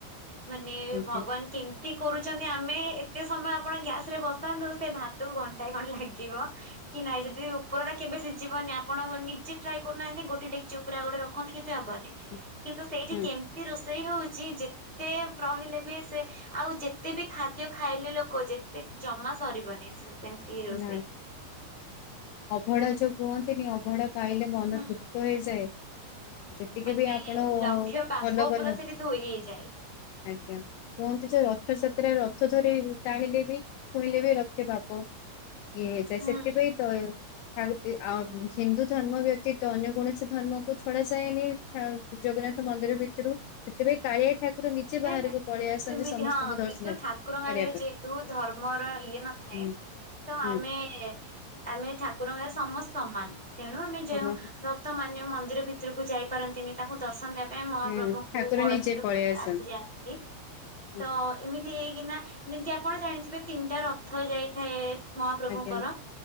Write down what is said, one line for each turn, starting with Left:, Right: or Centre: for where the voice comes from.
Centre: ମାନେ-ଏ-ଏ
Left: ଆଜ୍ଞା।
Centre: ଭଗବାନ କେମତି ତି କରୁଛନ୍ତି ଆମେ-ଏ-ଏ ଏତେ ସମୟ ଆପଣ ଗ୍ୟାସ ରେ ବସାନ୍ତୁ ସେ ଭାତକୁ ଘଣ୍ଟାଏ ଖଣ୍ ଲାଗିବ। କି ନାହିଁ ଯଦି ଉପର ଟା କେବେ ସିଝିବନି ଆପ୍ ପଣ ନିଜେ ଟ୍ରାଏ କରୁନାହାନ୍ତି ଗୋଟେ ଡେକ୍ଚି ପୁରା ଗୋଟେ ରଖନ୍ତି କିନ୍ତୁ ହେବନି କିନ୍ତୁ
Left: ହୁଁ
Centre: ସେଇଠି
Left: ହୁଁ
Centre: କେମ ତି ରୋଷେଇ ହଉଛି ଯେତେ ରହିଲେ ବି ସେ ଆଉ ଯେତେ ବି ଖାଦ୍ୟ ଖାଇଲେ ଲୋକ ଯେତେ ଜମା ସରିବନି ସେ ସେମ ତି ରୋଷେଇ।
Left: ନା ଅଭଡା ଯୋଉ କୁହନ୍ତିନି ଅଭଡା ପାଇଲେ ମନ
Centre: ହୁଁ।
Left: ତୃପ୍ତ ହେଇଯାଏ। ଯେତିକି
Centre: ମାନେ
Left: ବି ଆପଣ-ଅ-ଅ-ଅ
Centre: ଲକ୍ଷ୍ୟ ପାପ
Left: ଭଲ ଭଲ
Centre: ପୁରା ସେଠି ଧୋଇ ହେଇଯାଏ।
Left: ଆଜ୍ଞା। କୁହନ୍ତି ଯେ ରଥଯାତ୍ରା ରଥ ଧରି ଟାଣିଲେ ବି ଛୁଇଁଲେ ବି ଲକ୍ଷ ପାପ ଇଏ ହେଇ ଯାଏ
Centre: ହୁଁ
Left: ସେଥିପାଇଁ ତ ଆହୁତି ଆ ହିନ୍ଦୁ ଧର୍ମ ବ୍ୟତୀତ ଅନ୍ୟ କୌଣସି ଧର୍ମକୁ ଛଡା ଯାଏନି। ଆଉ ଜଗନ୍ନାଥ ମନ୍ଦିର ଭିତରୁ ସେଥିପାଇଁ କାଳିଆ ଠା ଯେ
Centre: ନା
Left: ବାହାରକୁ
Centre: ନା
Left: ପଳେଇ
Centre: ସେମିତି ହଁ
Left: ଦର୍ଶନ
Centre: କିନ୍ତୁ ଠାକୁରଙ୍କ
Left: କରିବା
Centre: ଆଗରେ
Left: ପାଇଁ
Centre: ଯେହେତୁ ଧର୍ମର ଇଏ ନଥାଏ
Left: ହୁଁ
Centre: ତ
Left: ହୁଁ
Centre: ଆମେ-ଏ-ଏ-ଏ ଆମେ ଠାକୁରଙ୍କର ସମସ୍ତେ ସମାନ ତେଣୁ ଆମେ
Left: ସମ
Centre: ଯେଉଁ ଭ ଭକ୍ତ ମାନେ ମନ୍ଦିର ଭିତରକୁ ଯାଇପାରନ୍ତିନି ତାଙ୍କୁ ଦର୍ଶନ ଦେବା ପାଇଁ ମହାପ୍ରଭୁଙ୍କୁ
Left: ହୁଁ ଠାକୁର
Centre: ବଡଦାଣ୍ଡକୁ
Left: ନିଜେ ପଳେଇ
Centre: ମାନେ
Left: ଆସନ୍ତି।
Centre: ଆସି ଥାଆନ୍ତି।
Left: ହୁଁ
Centre: ତ ଏମିତି ହେଇକିନା, ଯେମତି ଆପଣ ଜାଣିଥିବେ ତିନିଟା ରଥ ଯାଇଥାଏ। ମହାପ୍ରଭୁଙ୍କର,
Left: ଆଜ୍ଞା